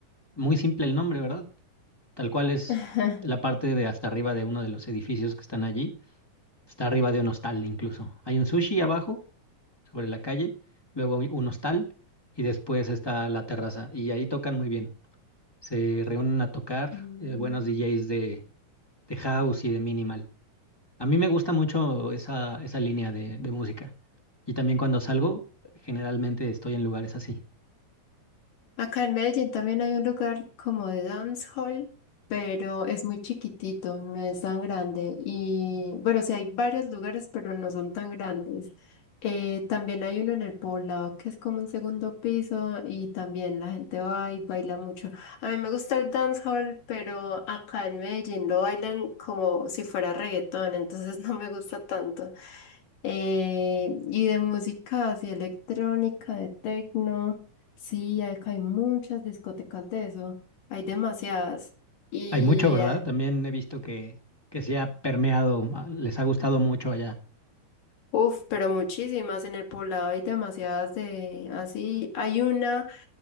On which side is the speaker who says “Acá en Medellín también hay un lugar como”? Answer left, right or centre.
Left